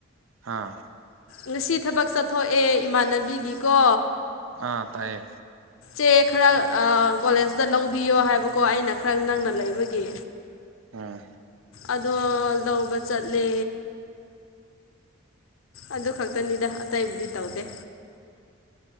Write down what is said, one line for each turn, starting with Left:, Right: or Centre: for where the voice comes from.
Right: ꯍꯥꯥ
Left: ꯉꯁꯤ ꯊꯕꯛ ꯆꯠꯊꯣꯛꯑꯦ ꯏꯃꯥꯟꯅꯕꯤꯒꯤꯀꯣ
Right: ꯑꯥ ꯇꯥꯏꯌꯦ
Left: ꯁꯦ ꯈꯔ ꯑꯥ ꯀꯣꯂꯦꯖꯇ ꯂꯧꯕꯤꯌꯣ ꯍꯥꯏꯕꯀꯣ ꯑꯩꯅ ꯈꯔ ꯅꯪꯅ ꯂꯩꯕꯒꯤ
Right: ꯎꯝ
Left: ꯑꯗꯣ ꯂꯧꯕꯆꯠꯂꯦ ꯑꯗꯨ ꯈꯛꯇꯅꯤꯗ ꯑꯇꯩꯕꯨꯗꯤ ꯇꯧꯗꯦ